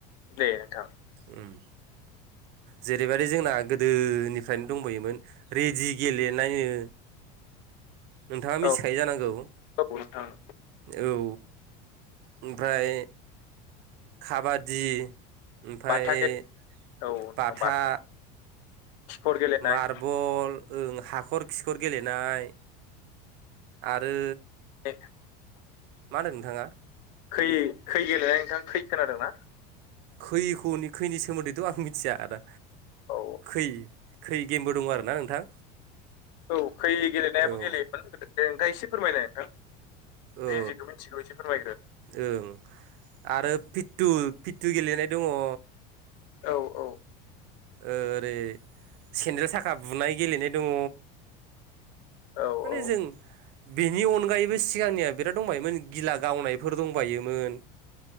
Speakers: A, on the left (about 85°); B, on the right (about 55°).
A: दे नोंथां
B: उम जेरैबायदि जोंना गोदोनिफ्रायनो दंबोयोमोन रेदि गेलेनायो
A: <inaudible>
B: नोंथांआ मिथिखायो
A: औ
B: जानांगौ
A: औ नोंथां
B: औ ओमफ्राय खाबादि आमफ्राय
A: बाथा गे औ नोंथां
B: बाथा
A: खिखर गेलेनाय
B: मारबल ओं हाखर खिखर गेलेनाय आरो
A: <inaudible>
B: मा होनदों नोंथांआ?
A: खै खै गेलेनाय नोंथां खै खोनादों ना?
B: खैखौनि खैनि सोमोन्दैथ' आं मिथिआ आदा
A: औ
B: खै खै गेमबो दं आरो ना नोंथां
A: औ खै गेलेनायाबो
B: औ
A: गेलेयोमोन गोेदो नोंथा एसे फोरमायनाय नोंथां
B: औ
A: जि जिखौ मिथिगौ एसे फोरमायग्रो
B: ओं आरो फिटु फिटु गेलेनाय दङो
A: औ औ
B: ओरै सेन्देल साखा बुनाय गेलेनाय दङ
A: औ
B: माने
A: औ
B: जों बेनि अनगायैबो सिगांनिआ बिराद दंबायोमोन गिला गावनायफोर दंबायोमोन